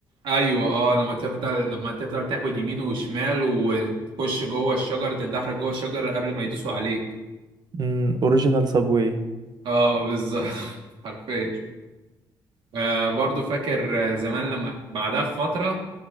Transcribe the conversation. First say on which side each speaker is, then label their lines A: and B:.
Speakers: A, on the right; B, on the right.
A: ايوه اه لما تفضل لما تفضل تحود يمين وشمال وتخش جوه الشجره تتدحرج جوه الشجره قبل ما يدوسوا عليك
B: امم اوريجينال سابوي
A: اه بالظبط <laughs> حرفيا آه برضو فاكر زمان لما بعدها بفتره